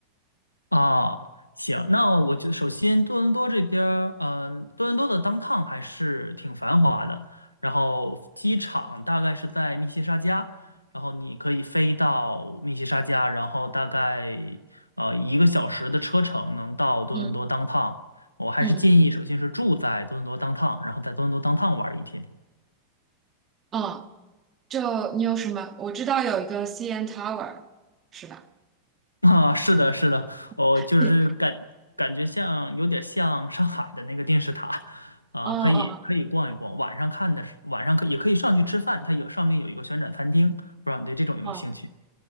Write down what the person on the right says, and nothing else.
嗯
嗯
嗯，就你有什么？我知道有一个 CN Tower，是吧？
<laughs> 对，
哦哦
哦